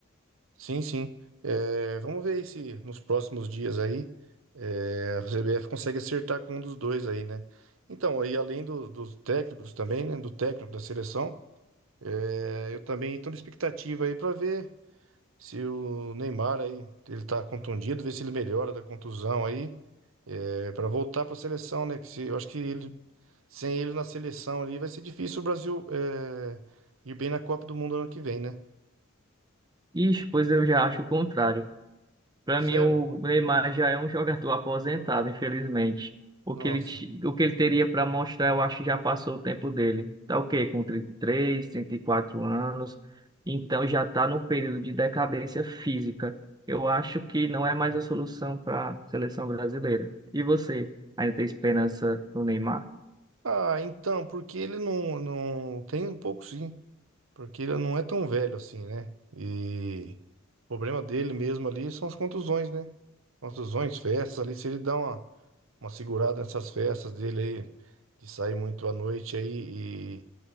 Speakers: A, on the right (about 70°); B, on the right (about 20°).
A: sim, sim. É, vamos ver aí se nos próximos dias aí é, a CBF consegue acertar com um dos dois aí, né? Então, aí além do- dos técnicos também, né? Do técnico da seleção, é, eu também estou na expectativa aí para ver. Se o Neymar aí, ele tá contundido, ver se ele melhora da contusão aí, é, para voltar para a seleção, né? Que se, eu acho que ele, sem ele na seleção ali vai ser difícil o Brasil é, ir bem na Copa do Mundo ano que vem, né?
B: E pois eu já acho o contrário. Para
A: Sério?
B: mim, o Neymar já é um jogador <laughs> aposentado, infelizmente. O
A: Nossa.
B: que ele, ti- o que ele teria para mostrar, eu acho que já passou o tempo dele. Tá o quê? Com 33, 34 anos. Então já está no período de decadência física. Eu acho que não é mais a solução para a seleção brasileira. E você, ainda tem esperança no Neymar?
A: Ah, então, porque ele não, não tem um pouco sim, porque ele não é tão velho assim, né? E o problema dele mesmo ali são as contusões, né? Contusões, festas ali, se ele dá uma uma segurada nessas festas dele aí, de sair muito à noite aí e